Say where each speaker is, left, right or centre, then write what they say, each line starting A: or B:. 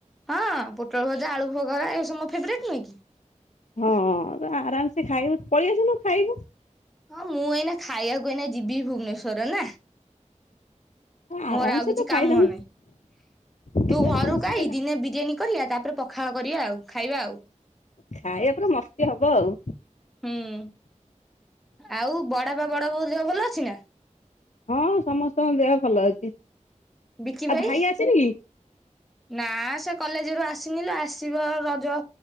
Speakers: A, in the centre; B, on the left.
A: ହଁ ପୋଟଳ ଭଜା ଆଳୁ ଭଗରା ଏ ସବୁ ମୋ ଫେଭରାଇଟ ନୁହଁ କି?
B: ହଁ ତ ଆରାମସେ ଖାଇବୁ ପଳେଇ ଆସୁନୁ ଖାଇବୁ।
A: ହଁ ମୁଁ ଏଇନା ଖାଇବାକୁ ଏଇନା ଯିବି ଭୁବନେଶ୍ଵରରେ ନା।
B: ଆରାମସେ
A: ମୋର ଆଉ କିଛି
B: ତୁ ଖାଇଦଉନୁ
A: କାମ ନାହିଁ
B: କେତେ
A: ତୁ ଘରକୁ
B: ଖୁସିରେ
A: ଖାଇ ଦିନେ ବିରିୟାନୀ କରିବା ତାପରେ ପଖାଳ କରିବା ଆଉ ଖାଇବା ଆଉ।
B: ଖାଇବା ପୁରା ମସ୍ତି ହବ ଆଉ।
A: ହୁଁ ଆଉ ବଡ ପା ବଡ ବୋଉ ଦେହ ଭଲ ଅଛି ନା?
B: ହଁ ସମସ୍ତଙ୍କ ଦେହ ଭଲ ଅଛି।
A: ବିକି
B: ଆଉ
A: ଭାଇ
B: ଆସିନି କି?
A: ନା ସେ କଲେଜ ରୁ ଆସିନି ଲୋ ଆସିବ ରଜ